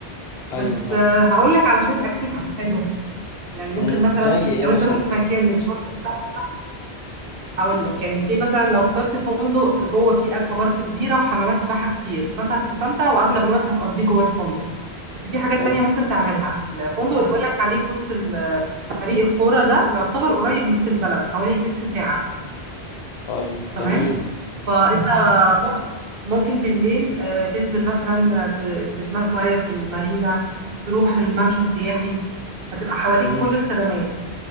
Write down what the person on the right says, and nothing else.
بس
آه، هقول لك على شويه اكتيفيتي حلوه يعني ممكن
مثلا
لو
انت رحت مكان الشاطئ بتاعه هقول لك يعني سي مثلا لو اخترت فندق جوه فيه اكوا بارك كبيره وحمامات سباحه كتير فانت هتستمتع واغلب الوقت هتقضيه جوه الفندق بس في حاجات
تانية ممكن تعملها الفندق اللي بقول لك عليه في وسط ال- طريق القرى ده يعتبر قريب من وسط البلد حوالي تلت ساعه
تمام فانت مم- ممكن بالليل آه، تنزل مثلا ت- تتمشى شويه في المارينا تروح الممشى السياحي هتبقى حواليك
كل الخدمات